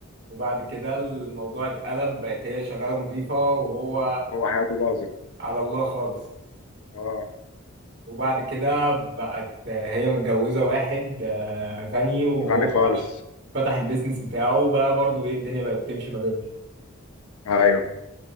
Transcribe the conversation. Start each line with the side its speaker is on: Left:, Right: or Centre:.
Right: وبعد كده الموضوع اتقلب بقت هي شغالة مضيفة وهو
Left: هو حياته باظت
Right: على الله خالص
Left: اه
Right: وبعد كده بقت هي متجوزة واحد آه، غني وهو
Left: غني خالص
Right: فتح البيزنس بتاعه بقى برضو ايه الدنيا بقت تمشي ما بينهم
Left: ايوه